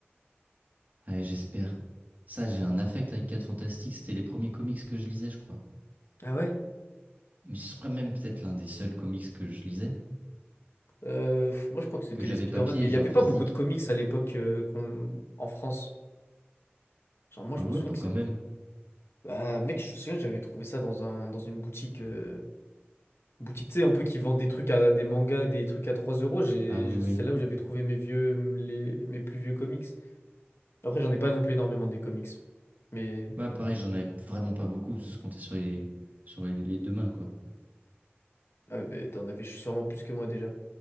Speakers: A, on the right; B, on the left.
A: Ouais, j'espère. Ça, j'ai un affect avec Quatre Fantastiques. C'était les premiers comics que je lisais, je crois.
B: Ah ouais?
A: Mais ce serait même peut-être l'un des seuls comics que je lisais.
B: Euh, pff, moi, je crois que c'était
A: Que j'avais
B: les Spider-Man,
A: papier,
B: mais il
A: genre
B: n'y avait pas
A: physique.
B: beaucoup de comics à l'époque euh, qu'on- en France. Genre, moi,
A: Ah
B: je
A: ouais,
B: me souviens
A: bah
B: que c'est-
A: quand même.
B: Bah, mec, je me souviens, j'avais trouvé ça dans un... dans une boutique. euh, Boutique, tu sais, un peu qui vend des trucs à des mangas, des trucs à 3 euros. J'ai...
A: Ah oui, oui.
B: C'est là où j'avais trouvé mes vieux... les... mes plus vieux comics. Après, j'en ai pas non plus énormément des comics. Mais.
A: Moi, pareil, j'en avais vraiment pas beaucoup, parce que je comptais sur les, sur les les deux mains, quoi.
B: Ah oui, mais t'en avais sûrement plus que moi déjà.